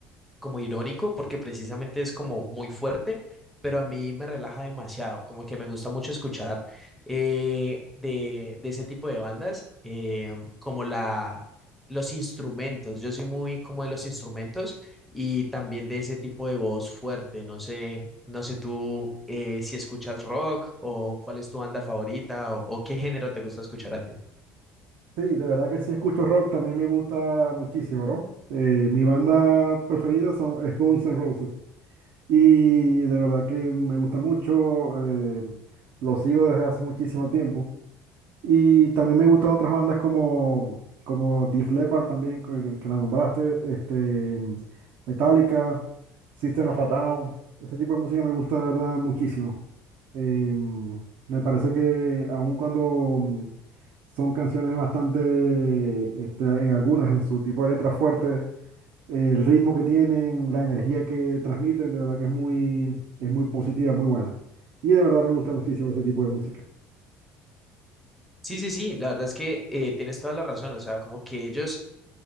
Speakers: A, in the centre; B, on the right (about 70°).
A: como irónico porque precisamente es como muy fuerte, pero a mí me relaja demasiado, como que me gusta mucho escuchar eh, de, de ese tipo de bandas, eh, como la, los instrumentos, yo soy muy como de los instrumentos y también de ese tipo de voz fuerte, no sé, no sé tú eh, si escuchas rock o cuál es tu banda favorita o, o qué género te gusta escuchar a ti.
B: Sí, de verdad que sí escucho rock, también me gusta muchísimo, ¿no? Eh, mi banda preferida son, es Guns N' Roses y de verdad que me gusta mucho, eh, lo sigo desde hace muchísimo tiempo. Y también me gustan otras bandas como, como Def Leppard también, que, que la nombraste, este, Metallica, System of a Down. Ese tipo de música me gusta de verdad muchísimo. Em, me parece que aun cuando mm, son canciones bastante, este, en algunas, en su tipo de letras fuertes, el ritmo que tienen, la energía que transmiten, de verdad que es muy, es muy positiva, muy buena. Y de verdad me gusta muchísimo ese tipo de música.
A: Sí, sí, sí, la verdad es que eh, tienes toda la razón, o sea, como que ellos